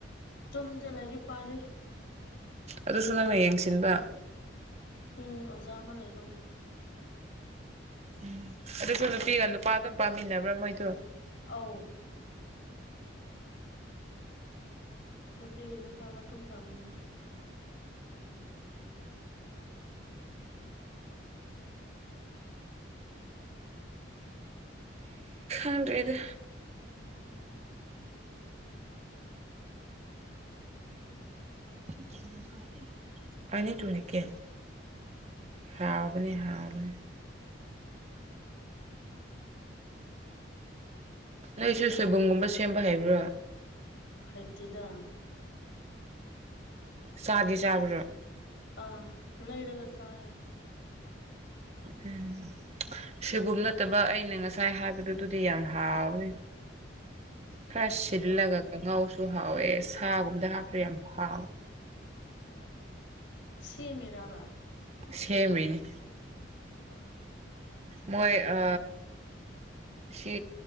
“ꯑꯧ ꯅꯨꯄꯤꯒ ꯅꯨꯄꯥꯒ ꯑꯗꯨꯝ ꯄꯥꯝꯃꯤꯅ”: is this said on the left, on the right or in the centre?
Left